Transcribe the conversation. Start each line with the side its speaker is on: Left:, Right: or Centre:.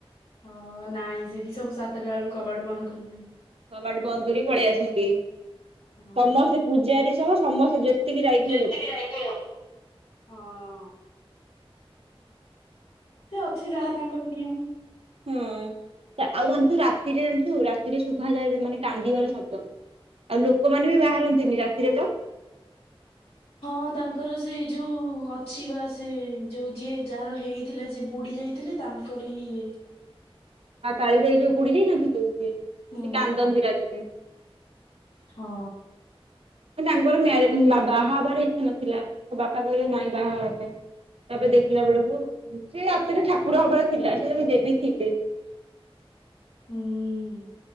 Left: ହଁ ନାଇଁ ସେଠି ସବୁ ସାତଟା ବେଳକୁ କବାଟ ବନ୍ଦ କରିଦିଅନ୍ତି।
Right: କବାଟ ବନ୍ଦ କରି ପଳେଇ ଆସନ୍ତି
Left: ହଁ
Right: ସମସ୍ତେ ପୂଜାରୀ ସହ ସମସ୍ତେ। ଯେତିକି ଯାଇଥିବେ
Left: ଯେତିକି
Right: ଲୋକ।
Left: ଯାଇଥିଲୁ ହଁ ସେ ଅଛି ଯାହା ତାଙ୍କର ନିୟମ।
Right: ହୁଁ। ଆଉ ଜାଣିଛୁ ରାତିରେ ଜାଣିଛୁ ରାତିରେ ଶୁଭା ଯାଏ ମାନେ କାନ୍ଦିବାର ଶବ୍ଦ। ଆଉ ଲୋକମାନେ ବି ବାହାରନ୍ତିନି ରାତିରେ ତ।
Left: ହଁ ତାଙ୍କର ସେ ଯୋଉ ଅଛି ବା ସେ ଯୋଉ ଯିଏ ଯାହାର ହେଇ ଥିଲା ଯେ ବୁଡି ଯାଇଥିଲେ ତାଙ୍କର ହିଁ ଇଏ
Right: ମା କାଳି ଯାଇ ଯୋଉ ବୁଡି ଯାଇନଥିଲେ ସିଏ ସେ
Left: ହୁଁ
Right: କାନ୍ଦନ୍ତି ରାତିରେ।
Left: ହଁ।
Right: ଉଁ ତାଙ୍କର ମା ବାହା ହେବାର ଇଚ୍ଛା ନଥିଲା ତାଙ୍କ ବାପା କହିଲେ ନାଇଁ ବାହା ହେବା ପାଇଁ। ତାପରେ ଦେଖିଲା ବେଳକୁ ସେ ଆକ୍‌ଚ୍ବାଲିଠାକୁର ହବାର ଥିଲା ସେ ଜଣେ ଦେବୀ ଥିଲେ।
Left: ହୁଁ।